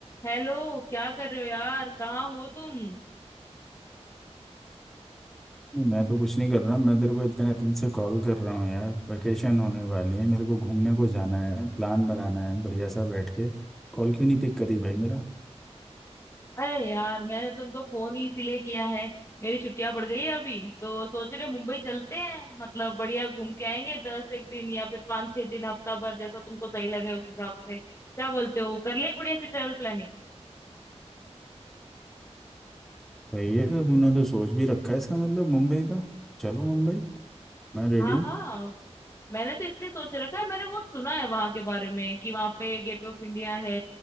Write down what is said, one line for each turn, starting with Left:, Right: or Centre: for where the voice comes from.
Left: Hello क्या कर रहे हो यार कहाँ हो तुम
Centre: नहीं, मैं तो कुछ नहीं कर रहा मैं तेरे को इतने दिन से कॉल कर रहा हूँ यार वैकेशन होने वाली है मेरे को घूमने को जाना है प्लान बनाना है बढ़िया सा बैठ के कॉल क्यों नहीं पिक करी भाई मेरा
Left: अरे यार मैंने तुमको फोन ही इसीलिए किया है मेरी छुट्टियां पड़ गई है अभी तो सोच रहे मुंबई चलते हैं मतलब बढ़िया घूम के आएंगे दस एक दिन या फिर पाँच छह दिन हफ्ता भर जैसा तुमको सही लगे उस हिसाब से क्या बोलते हो कर ले बढ़िया सी ट्रेवल प्लानिंग
Centre: भाई ये तो तूने तो सोच भी रखा है इसका मतलब मुंबई का चलो मुंबई मैं रेडी
Left: हाँ
Centre: हूँ
Left: हाँ मैंने तो इसलिए सोच रखा है मैंने वो सुना है वहां के बारे में कि वहां पे गेटवे ऑफ इंडिया है